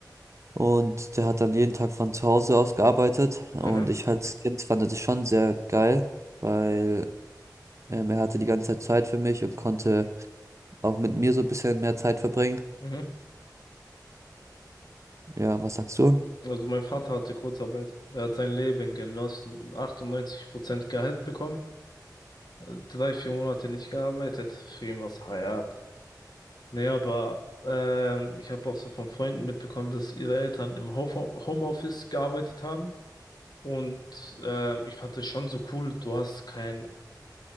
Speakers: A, on the right; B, on the left.
A: und der hat dann jeden Tag von zu Hause aus gearbeitet. Und
B: Mhm.
A: ich als Kind fand das schon sehr geil, weil ähm, er hatte die ganze Zeit Zeit für mich und konnte auch mit mir so ein bisschen mehr Zeit verbringen.
B: Mhm.
A: Ja, was sagst du?
B: Also mein Vater hatte Kurzarbeit. Der hat sein Leben genossen. 98% Gehalt bekommen. äh, Drei, vier Monate nicht gearbeitet. Für ihn war's Hayat. Nee, aber ähm, ich habe auch so von Freunden mitbekommen, dass ihre Eltern im Ho Homeoffice gearbeitet haben. Und ähm, ich fand es schon so cool. Du hast kein,